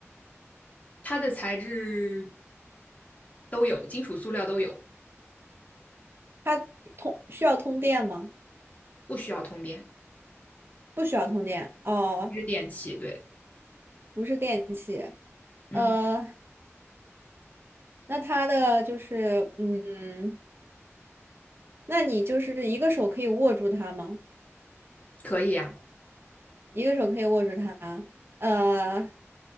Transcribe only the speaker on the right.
它通需要通电吗？
不需要通电。哦，
不是电器。
呃，那它的就是，嗯，那你就是一个手可以握住它吗？
一个手可以握住它。呃，